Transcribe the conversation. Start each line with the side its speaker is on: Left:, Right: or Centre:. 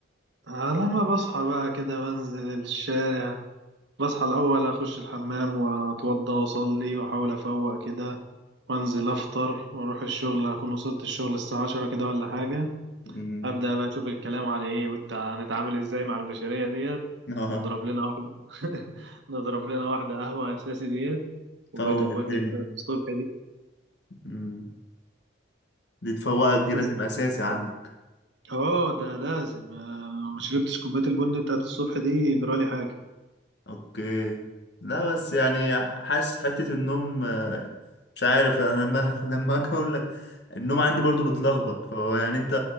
Right: أه لما بصحى بقى كده بنزل الشارع بصحى الأول أخش الحمام وأتوضى وأصلي وأحاول أفوق كده وأنزل أفطر وأروح الشغل أكون وصلت الشغل الساعة عشرة كده ولا حاجة
Left: مم.
Right: أبدأ بقى أشوف الكلام على إيه وإنت هنتعامل إزاي مع البشرية ديت
Left: اه
Right: نضرب لنا واحدة <laughs> نضرب لنا واحدة قهوة أساسي ديت كوباية
Left: تفوق
Right: البن
Left: الدنيا
Right: بتاعت الصبح
Left: مم. دي تفوقك دي
Right: بس
Left: لازم اساسي عندك
Right: اه ده لازم آه، ما شربتش كوباية البن بتاعت الصبح دي جرالي حاجة
Left: اوكي لا بس يعني حاسس حتة النوم آه، مش عارف انا لما <laughs> لما اجي اقول لك النوم عندي برضو متلخبط فهو يعني انت